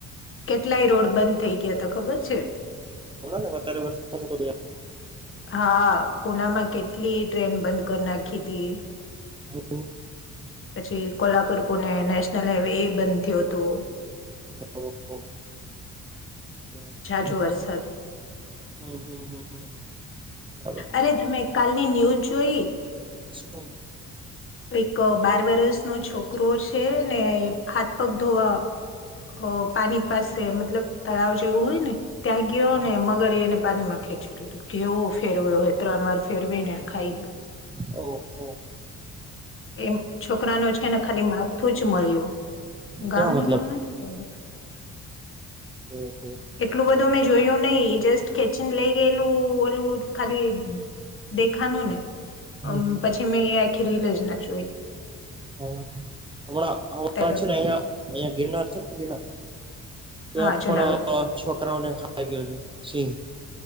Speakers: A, on the left (about 45°); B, on the right (about 15°).
A: કેટલાય એ રોડ બંધ થઇ ગયા હતા ખબર છે?
B: અમણાને વધારે વરસાદ <inaudible>
A: હા પુનામાં કેટલી ટ્રેન બંધ કરી નાખી હતી.
B: <inaudible>
A: પછી કોલ્હાપુર પુણે નેશનલ હાઈવે બંધ થયું તું.
B: હો, હો. હૈ હમ્મ,
A: ઝાઝો વરસાદ
B: હમ્મ, હમ્મ, હમ્મ બરાબર.
A: અરે તમે કાલની ન્યૂઝ જોઈ?
B: શું?
A: એક અહ બાર વરષનો છોકરો છે ને હાથપગ ધોવા ઓ પાણી પાસે મતલબ તળાવ એવું હોય ને ત્યાં ગયો
B: હા
A: ને
B: હા
A: મગરે એને પાણીમાં ખેંચી લીધું. કેવો ફેરવ્યો હોય ત્રણ વાર ફેરવી ને એને ખાઈ ગયો.
B: ઓહ હો.
A: એમ છોકરાનો છે ને ખાલી માથું જ મળ્યું. ગામ
B: ક્યાં
A: નું
B: મતલબ
A: નામ નથી કોન બે.
B: ઓ હો.
A: એટલું બધું મેં જોયું નહી જસ્ટ ખેચીને લઈ ગયેલું ઓલું ખાલી દેખાનો ને.
B: હમ્મ,
A: અમ
B: હમ્મ.
A: પછી મેં એ આખી રીલ જ ના જોઈ.
B: હા હમણાં
A: ત્યારે
B: હમં છે ને અહિયા અહિયાં ગિરનાર છે ને ગિરનાર ત્યાં
A: હા જુનાગઢ
B: પણ અહ છોકરાઓને ખાઈ ગયો છે સિંહ.